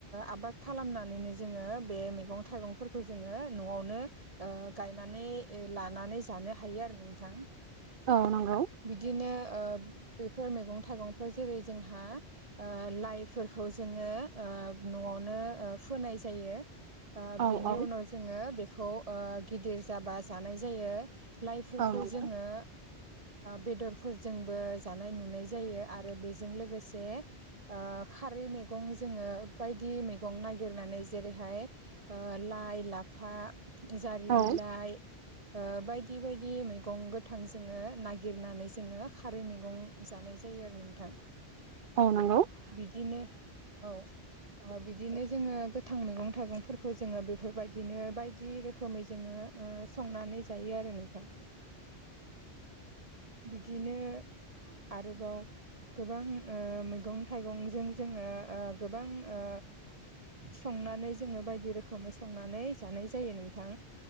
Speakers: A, on the right; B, on the right.
A: आबाद खालामनानैनो जोंङो बे मैगं थाइगंफोरखौ जोंङो न'आवनो ओ गायनानै लानानै जानो हायो आरो नोंथां।
B: औ नंगौ
A: बिदिनो बेफोर मैगं थाइगंफोर जेरै जोंहा ओ लाइफोरखौ जोंङो न'आवनो फोनाय जायो
B: औ
A: बेनि
B: औ
A: उनाव जोंङो बेखौ गिदिर जाबा जानाय जायो लाइफोरखौ
B: औ नंगौ
A: जोंङो बेदरफोरजोंबो जानाय नुनाय जायो आरो बेजों लोगोसे ओ खारै मे गं जोंङो बायदि मैगं नागिरनानै जेरैहाय लाइ लाफा जारि
B: औ
A: बिलाइ बायदि बायदि मै मेगं गोथां जोंङो नागिरनानै जोंङो खारै मैगं जानाय जायो आरो नोंथां।
B: <inaudible> ओ
A: बिदिनो औ ओ बिदिनो जोंङो गोथां मैगं थाइगंफोरखौ जोंङो बेफोरबायदिनो बायदि रोखोमै जोंङो ओ संनानै जायो आरो नोंथां बिदिनो आरोबाव गोबां ओ मैगं थाइगंजों जोङो ओ गोबां ओ संनानै जोङो बायदि रोखोमै संनानै जानाय जायो नोंथां